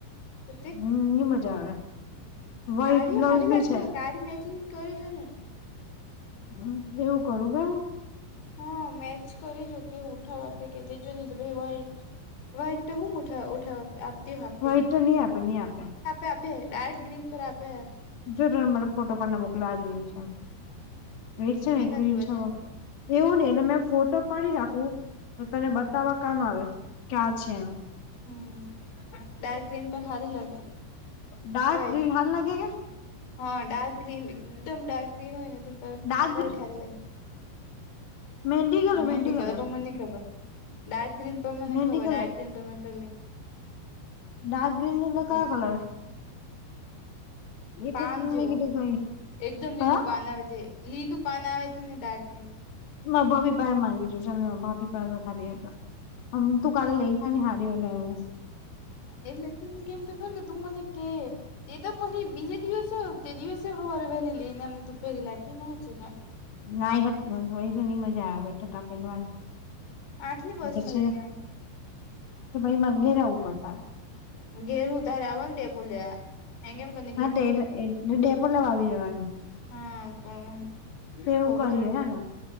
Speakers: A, on the left; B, on the left.
A: તો
B: હમ મજા આવે વ્હાઈટ
A: કારીઓ
B: બ્લાઉઝ
A: સારી
B: બી
A: લાગતી
B: છે
A: હોય, કારી મેચિંગ કરીજો ને.
B: હ. એવું કરું કે
A: હા, મેચ કરીજો કે ઉઠા અાપે કે જો ની તો પછી વ્હાઈટ. વ્હાઈટ તો હું ઉઠાવ આપતી આપતી
B: વ્હાઈટ
A: હોય.
B: તો નહી આપે નહી આપે
A: આપેે ડાર્ક ગ્રીન પર આપે
B: જો તમે મને ફોટો પણ મોકલા, આ ગ્રીન છે એક છે ને
A: મેં કા
B: ગ્રીન
A: જોવા
B: છે
A: જ
B: એવું નહ એને મેં ફોટો પાડી રાખવું તને
A: હમ
B: બતાવા કામ આવે કે આ છે એમ
A: હમ ડાર્ક ગ્રીન પર હારી લાગે
B: ડાર્ક
A: વાઈટ
B: ગ્રીન હારી લાગે કે
A: હા ડાર્ક ગ્રીન એકદમ ડાર્ક ગ્રીન હોય ને તો
B: ડાર્ક
A: વાઇટ હારી લાગે
B: મહેંદી
A: કતા
B: કલર
A: <unintelligible>
B: મહેંદી કલર
A: પણ્ મનેની ખબર ડાર્ક ગ્રીન તો મને
B: મહેંદી
A: ખબર
B: કલર
A: ડાર્ક ગ્રીન પર મેં. પેરેલી
B: ડારક ગ્રીન એટલે કયા
A: મલે
B: કલર એ
A: પાન
B: તો તને
A: જેવો
B: મેં કીધું કઈ
A: એકદમ
B: કયા
A: લીલું પાન આવે તે લીલું પાન આવે છે ને ગ્રીન
B: ના ભાભી પાાહે માંગીશું ચાલ ભાભી પાાય તો હાડી તો હમ તુ કાલે લઈને હારી હો ડ્રાઈવર
A: એમ તો મેં કેમ તો ખરી તો તું મને કે એ તો પહિ બીજે દિવસે તે દિવસે હવારે વેલી લઈ ને આવત તું પેરીલે એમાં હુ છે
B: ના હેડ થોડી તો મજા આવે ભહિ તો તાર પેરવાની
A: આઠ ની બસ
B: પછી
A: જઈને
B: તો ભાઈ મારે ઘેરાવું પડતા
A: ઘરે હુ તારે આવનું ડેપો લેવા એમ <inaudible>
B: હા તે ડેપો લેવા આવી જવા
A: હા પણ
B: તેવું
A: ખબર
B: કરીયે
A: હોય તો
B: હે ને